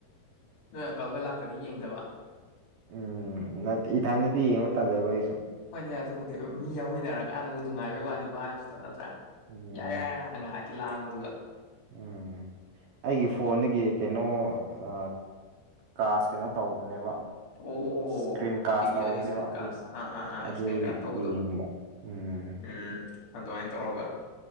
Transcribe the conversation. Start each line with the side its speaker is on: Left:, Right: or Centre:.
Left: ꯅꯣꯏ ꯑꯪꯀꯜ ꯍꯣꯏ ꯂꯥꯛꯇꯗꯤ ꯌꯦꯡꯗꯕ
Right: ꯎꯝ ꯅꯠ ꯏꯊꯟꯗꯗꯤ ꯌꯦꯡꯕ ꯇꯜꯂꯦꯕ ꯑꯩꯁꯨ
Left: ꯍꯣꯏꯅꯦ ꯑꯗꯨꯕꯨꯗꯤ ꯃꯤ ꯌꯥꯎꯃꯤꯟꯅꯔꯀꯥꯟꯗꯕꯨ ꯅꯨꯡꯉꯥꯏꯕꯩ ꯋꯥꯅꯤ ꯚꯥꯏꯚ꯭ꯁꯇꯣ ꯅꯠꯇ꯭ꯔꯥ
Right: ꯎꯝ
Left: ꯌꯥꯏ ꯌꯥꯏ ꯉꯥꯏꯍꯥꯛꯀꯤ ꯂꯥꯡꯕꯗꯨꯒ
Right: ꯎꯝ ꯑꯩꯒꯤ ꯐꯣꯟꯗꯒꯤ ꯀꯩꯅꯣ ꯑꯥ ꯀꯥꯁ ꯀꯩꯅꯣ ꯇꯧꯕꯅꯦꯕ
Left: ꯑꯣ ꯑꯣ
Right: ꯏꯁꯀ꯭ꯔꯤꯟ
Left: ꯑ‌ꯣ
Right: ꯀꯥꯁ
Left: ꯇꯤꯚꯤꯗ
Right: ꯇꯧꯕꯅꯦꯕ
Left: ꯑꯣꯏꯅ ꯏꯁꯀ꯭ꯔꯤꯟ
Right: ꯑꯗꯨ
Left: ꯀꯥꯁ ꯑꯥ ꯑꯥ ꯑꯥ
Right: ꯑꯗꯨ
Left: ꯏꯁꯀ꯭ꯔꯤꯟ ꯀꯥꯁ ꯇꯧꯕꯗꯣ
Right: ꯌꯦꯡꯕ ꯎꯝ
Left: ꯎꯝ ꯑꯗꯨꯃꯥꯏ ꯇꯧꯔꯒ